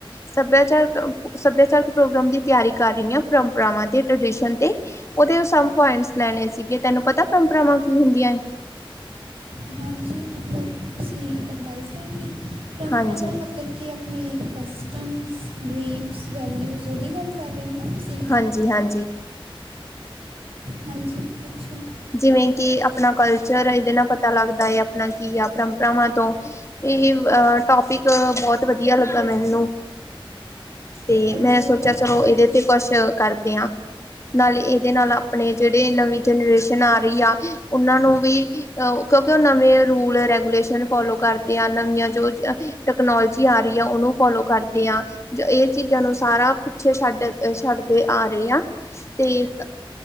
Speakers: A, on the left; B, on the right.
A: ਸਭਿਆਚਾਰਕ ਸਭਿਆਚਾਰਕ ਪ੍ਰੋਗਰਾਮ ਦੀ ਤਿਆਰੀ ਕਰ ਰਈ ਆਂ। ਪਰੰਪਰਾਵਾਂ ਤੇ ਟ੍ਰੈਡੀਸਣ ਤੇ ਔਦੇ ਸਮ ਪੋਇੰਟਸ ਲੈਣੇ ਸੀਗੇ। ਤੈਨੂੰ ਪਤੈ, ਪਰੰਪਰਾਵਾਂ ਕੀ ਹੁੰਦੀਐ? ਐਂ।
B: ਅ ਹਾਂ। ਜੀ ਮਤਲਬ ਤੁਸੀਂ ਐਡਵਾਈਸ ਲੈਣੀ ਐ, ਪਰੰਪਰਾਵਾਂ
A: ਹਾਂਜੀ
B: ਮਤਲਬ ਕਿ ਅਪਣੇ ਕਸਟਮਸ, ਬਰੀਫਸ, ਵੈਲਿਊਸ ਔਦੀ ਗੱਲ ਕਰ ਰੇ ਹੋ ਨਾ ਤੁਸੀਂ।
A: ਹਾਂਜੀ ਹਾਂਜੀ
B: ਹਾਂਜੀ, ਪੁੱਛੋ।
A: ਜਿਵੇਂ ਕਿ ਆਪਣਾ ਕਲਚਰ ਇਦੇ ਨਾਲ ਪਤਾ ਲੱਗਦਾ ਏ ਅਪਣਾ ਕੀ ਆ ਪਰੰਪਰਾਵਾਂ ਤੋਂ। ਇਹ ਅ ਟੋਪਿਕ ਬੌਤ ਵਧੀਆ ਲੱਗਾ ਮੈਨੂੰ। ਤੇ
B: ਹਾਂਜੀ
A: ਮੈਂ ਸੋਚਿਆ
B: ਉਹ ਤਾਂ
A: ਚਲੋ
B: ਹੈਗਾ
A: ਇਹਦੇ ਤੇ ਕੋਛ ਕਰ ਤੇ ਹਾਂ, ਨਾਲੇ ਏਦੇ ਨਾਲ ਆਪਣੇ ਜੇੜੇ ਨਵੀਂ ਜੈਨਰੇਸ਼ ਤਨਾ ਰੀ ਆ ਉਨਾਂ ਨੂੰ ਵੀ ਅ ਕਿਉਂਕਿ ਔ ਨਵੇਂ ਰੂਲ ਰੈਗੂਲੇਸ਼ਨ ਫੋਲੋ ਕਰਦੇ ਆ। ਨਵੀਆਂ ਜੋ ਜ ਤਕਨੋਲੋਜੀ ਆ ਰੀ ਆ ਔਨੂੰ ਫੋਲੋ ਕਰਦੇ ਆ ਜੋ ਏ ਚੀਜ਼ਾਂ ਨੂੰ ਸਾਰਾ ਪਿੱਛੇ ਛੱਡ ਛੱਡਦੇ ਆ ਰਏ ਆ ਤੇ ਏਕ